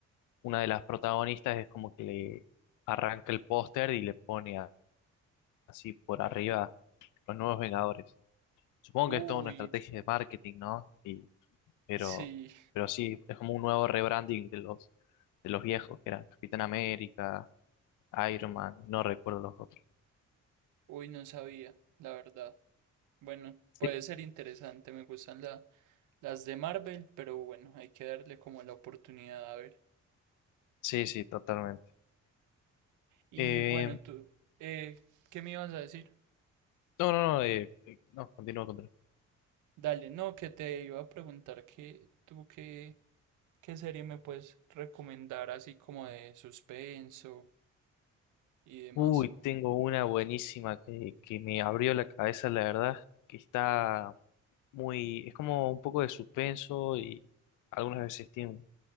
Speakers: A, on the left; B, on the right.
A: una de las protagonistas es como que le arranca el póster y le pone a- así por arriba los nuevos Vengadores. Supongo
B: Uy,
A: que es toda una estrategia de marketing, ¿no? Y, pero,
B: sí,
A: pero sí, es como un nuevo rebranding de los, de los viejos, que eran Capitán América, Iron Man, no recuerdo los otros.
B: uy, no sabía, la verdad. Bueno,
A: Sí,
B: puede ser interesante, me gustan la- las de Marvel, pero bueno, hay que darle como la oportunidad a ver.
A: sí, sí, totalmente.
B: Y
A: Eh,
B: bueno, tú, eh, ¿qué me ibas a decir?
A: no, no, no, eh, eh, no, continúa, continúa.
B: Dale, no, que te iba a preguntar que tú qué, qué serie me puedes recomendar así como de suspenso y demás.
A: Uy, tengo una buenísima que, que me abrió la cabeza, la verdad, que está muy, es como un poco de suspenso y algunas veces tiene un